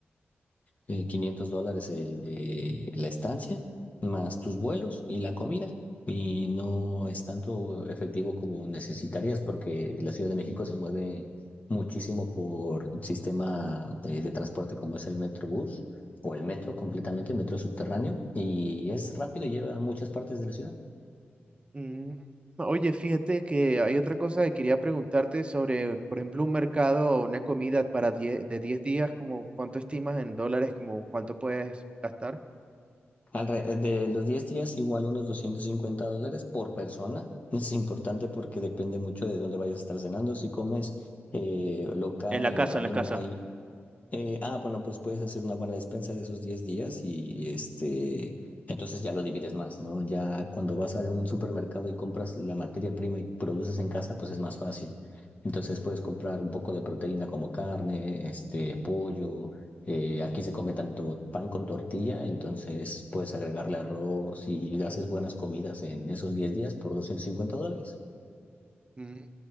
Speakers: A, on the left (about 35°); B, on the right (about 25°).
A: eh, 500 dólares el, eh, la estancia, más tus vuelos y la comida. Y no es tanto efectivo como necesitarías porque la Ciudad de México se mueve muchísimo por sistema eh, de transporte como es el Metrobús o el metro completamente, el metro subterráneo, y es rápido y lleva a muchas partes de la ciudad.
B: Mm, Oye, fíjate que hay otra cosa que quería preguntarte sobre, por ejemplo, un mercado o una comida para 10 de 10 días, como cuánto estimas en dólares, como cuánto puedes gastar.
A: Alre- De los 10 días, igual unos 250 dólares por persona. Es importante porque depende mucho de dónde vayas a estar cenando. Si comes eh, local,
B: En la casa,
A: hogareño,
B: en la casa.
A: hay eh, ah, bueno, pues puedes hacer una buena despensa de esos 10 días y este, entonces ya lo divides más, ¿no? Ya cuando vas a un supermercado y compras la materia prima y produces en casa, pues es más fácil. Entonces puedes comprar un poco de proteína como carne, este, pollo. eh, aquí se come tanto pan con tortilla, entonces puedes agregarle arroz y le haces buenas comidas en esos 10 días por 250 dólares.
B: Mm,